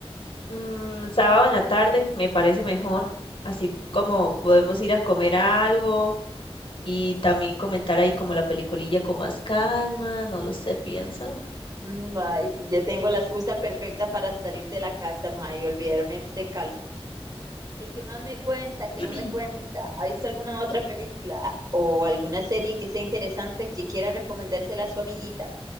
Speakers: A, on the left (about 60°); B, on the right (about 40°).
A: Mm, sábado en la tarde me parece mejor, así como podemos ir a comer algo y también comentar ahí como la peliculilla con más calma, no lo sé, piénsalo.
B: Mm, ay sí, ya tengo la excusa perfecta para salir de la casa, ma y olvidarme de este calor. ¿Y qué más me cuenta? ¿Qué
A: <clears throat>
B: más me cuenta? ¿Ha visto alguna otra película o alguna serie que sea interesante que quiera recomendársela a su amiguita?